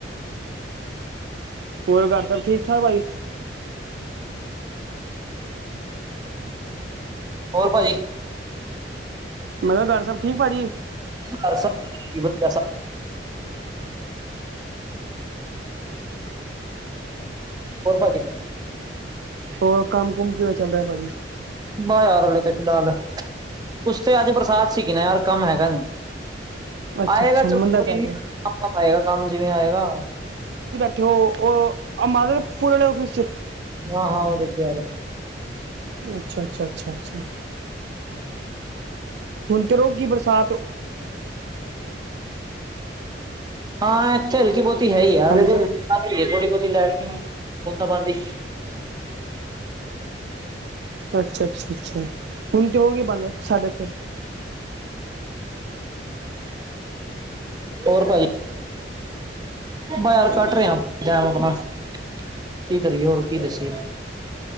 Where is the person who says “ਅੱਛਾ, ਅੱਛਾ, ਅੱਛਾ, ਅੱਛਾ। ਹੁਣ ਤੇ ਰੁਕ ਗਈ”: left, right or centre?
Right